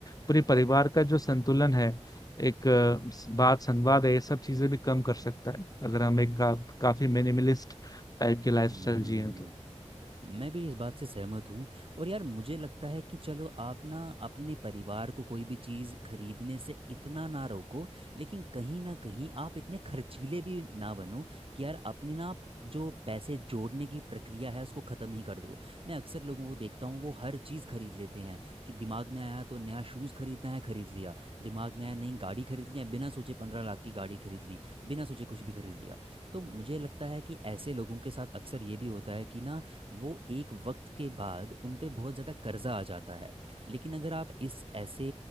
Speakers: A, on the left; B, on the right.
A: पूरे परिवार का जो संतुलन है एक अ, स- बात संवाद है ये सब चीजें भी कम कर सकता है अगर हम एक का, काफी मिनिमलिस्ट टाइप की लाइफस्टाइल
B: हुआ
A: जिए तो
B: मैं भी इस बात से सहमत हूँ और यार मुझे लगता है कि चलो आप ना अपने परिवार को कोई भी चीज़ खरीदने से इतना ना रोको लेकिन कहीं ना कहीं आप इतने खर्चीले भी ना बनो कि यार अपने ना आप जो पैसे जोड़ने की प्रक्रिया है उसको ख़त्म ही कर दो मैं अक्सर लोगों को देखता हूँ वो हर चीज़ खरीद लेते हैं कि दिमाग में आया तो नया शूज़ खरीदना है खरीद लिया दिमाग में आया नई गाड़ी खरीद लिया बिना सोचे पंद्रह लाख की गाड़ी खरीद ली बिना सोचे कुछ भी खरीद लिया तो मुझे लगता है कि ऐसे लोगों के साथ अक्सर ये भी होता है कि ना वो एक वक्त के बाद उन पे बहुत ज़्यादा कर्जा आ जाता है लेकिन अगर आप इस ऐसे